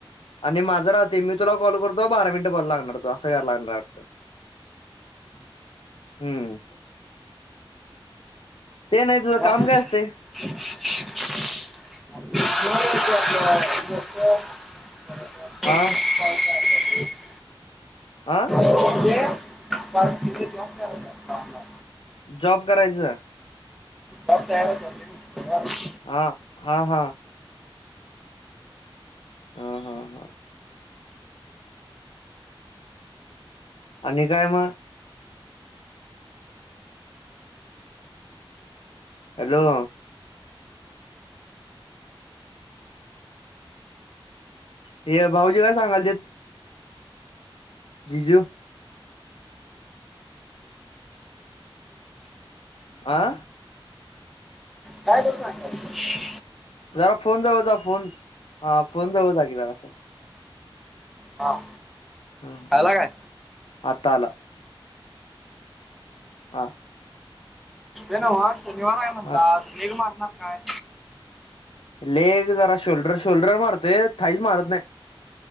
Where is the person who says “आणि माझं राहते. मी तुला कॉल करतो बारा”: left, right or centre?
Left